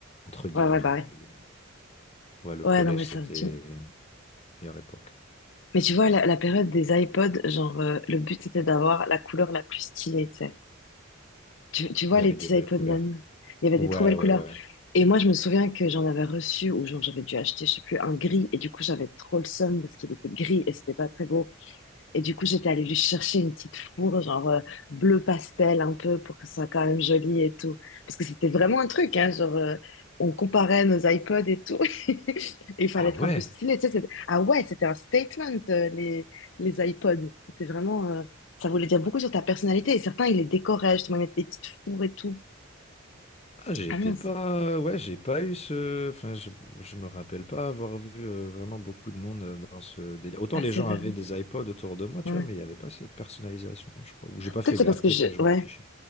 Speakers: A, on the left; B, on the left.
A: entre guillemets,
B: ouais, ouais, bah ouais.
A: plus ouais, le
B: Ouais,
A: collège
B: non, mais ça
A: c'était
B: me tue.
A: meilleure époque.
B: Mais tu vois, la, la période des iPods, genre, euh, le but c'était d'avoir la couleur la plus stylée, tu sais. Tu, tu vois,
A: Il y avait
B: les petits
A: des belles
B: iPods
A: couleurs.
B: même. Il y avait
A: Ouais,
B: des trop belles
A: ouais,
B: couleurs.
A: ouais.
B: Et moi, je me souviens que j'en avais reçu, ou genre, j'avais dû acheter, je sais plus, un gris. Et du coup, j'avais trop le seum parce qu'il était gris et c'était pas très beau. Et du coup, j'étais allée lui chercher une petite fourre, genre euh, bleu pastel un peu, pour que ce soit quand même joli et tout. Parce que c'était vraiment un truc, hein, genre euh, on comparait nos iPods et tout. <laughs> Et il fallait
A: Ah
B: être
A: ouais.
B: un peu stylé. Tu sais, c'était- ah ouais, c'était un statement, euh, les, les iPods. C'était vraiment... euh, ça voulait dire beaucoup sur ta personnalité. Et certains, ils les décoraient, justement, ils mettaient des petites fourres et tout.
A: Ah, j'étais
B: Ah non,
A: pas,
B: c'est...
A: ouais, j'ai pas eu ce, enfin, je, je me rappelle pas avoir vu euh, vraiment beaucoup de monde euh, dans ce délire. Autant
B: Ah,
A: les
B: c'est
A: gens
B: vrai.
A: avaient des iPods autour de moi, tu
B: ouais.
A: vois, mais il n'y avait pas cette personnalisation, je crois. Ou j'ai pas fait
B: Peut-être c'est
A: gaffe,
B: parce que
A: peut-être
B: je...
A: euh, je m'en
B: Ouais.
A: fichais.